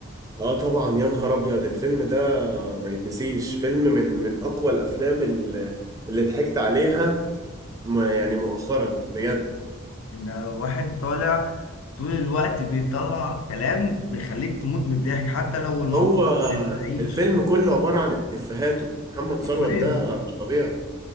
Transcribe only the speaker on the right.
اه طبعا يا نهار ابيض الفيلم ده ما يتنسيش فيلم من من اقوى الافلام اللي اللي ضحكت عليها ما- يعني مؤخرا بجد
هو
الفيلم كله عبارة عن إفيهاته محمد ثروت
ده مش طبيعي